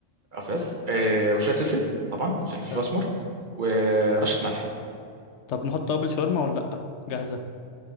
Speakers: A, on the right (about 50°); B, on the left (about 70°).
A: آه، بس آه وشويه فلفل طبعا
B: حلو
A: عشان الفلفل
B: حلو
A: الاسمر ورشه ملح
B: طب نحط توابل شاورما ولا لأ جاهزة